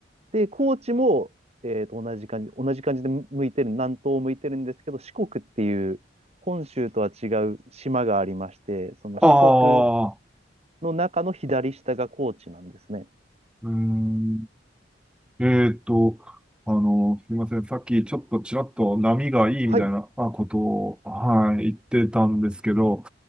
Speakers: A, on the right; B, in the centre.
A: で、高知も、えーと、同じ感じ、同じ感じで向いてる、南東を向いてるんですけど、四国っていう、本州とは違う島がありまして、その四国
B: ああ、
A: の中の左下が高知なんですね。
B: うーん。えっと、あの、すいません。さっきちょっとちらっと波がいいみたいなあことを、
A: はい、
B: はい、言ってたんですけど、